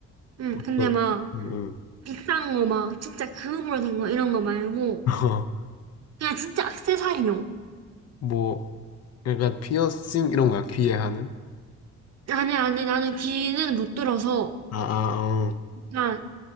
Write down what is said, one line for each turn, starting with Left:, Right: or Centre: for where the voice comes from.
Right: 응,
Left: 어떤?
Right: 근데 막
Left: 응, 응.
Right: 비싼 거 막 진짜 금으로 된 거 이런 거 말고
Left: <laughs>
Right: 그냥 진짜 액세서리용.
Left: 뭐, 약간 피어싱 이런 거야, 귀에 하는?
Right: 아니, 아니, 나는 귀는 못 들어서
Left: 아, 아, 어.
Right: 약간